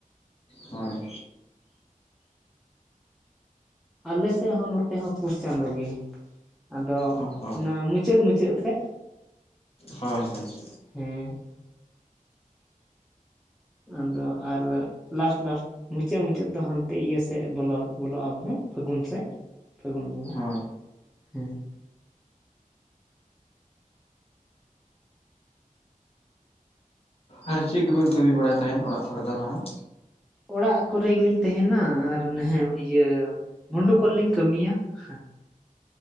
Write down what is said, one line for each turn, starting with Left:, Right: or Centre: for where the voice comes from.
Left: ᱦᱚᱭ᱾
Centre: ᱟᱞᱮ ᱥᱮᱫ ᱦᱚᱸ ᱱᱚᱛᱮ ᱦᱚᱸ ᱯᱩᱥ ᱪᱟᱸᱫᱳ ᱜᱤ ᱟᱫᱚ
Left: ᱦᱳᱭ
Centre: ᱚᱱᱟ ᱢᱩᱪᱟᱹᱜ ᱢᱩᱪᱟᱹᱫ ᱥᱮᱫ᱾
Left: ᱦᱚᱭ ᱦᱚᱭ᱾
Centre: ᱦᱩᱸ᱾ ᱟᱫᱚ ᱟᱨ ᱞᱟᱥᱴ ᱞᱟᱥᱴᱼᱼ ᱢᱩᱪᱟᱹᱜ ᱢᱩᱪᱟᱹᱫ ᱫᱚ ᱦᱟᱱᱛᱮ ᱤᱭᱟᱹ ᱥᱮᱜ ᱵᱚᱞᱚ ᱵᱚᱞᱚᱜ-ᱟ ᱵᱚᱞᱮ ᱯᱷᱟᱹᱜᱩᱱ ᱥᱮᱜ ᱯᱷᱟᱹᱜᱩᱱ ᱵᱚᱸᱜᱟ᱾
Left: ᱦᱳᱭ
Centre: ᱦᱮᱸ᱾
Left: ᱟᱨ ᱪᱤᱜ ᱠᱩᱵᱮᱱ ᱠᱟᱹᱢᱤ ᱵᱟᱲᱟᱭ ᱛᱟᱦᱮᱱ ᱚᱲᱟᱜ ᱠᱚᱨᱮ ᱫᱚ ᱱᱟᱦᱟᱸᱜ?
Centre: ᱚᱲᱟᱜ ᱠᱚᱨᱮ ᱜᱤᱞᱤᱧ ᱛᱮᱦᱮᱱᱟ ᱟᱨ ᱱᱟᱦᱮᱸ ᱤᱭᱟᱹ ᱢᱩᱰᱩ ᱠᱚᱨᱮ ᱞᱤᱧ ᱠᱟᱹᱢᱤᱭᱟ ᱦᱟᱸ᱾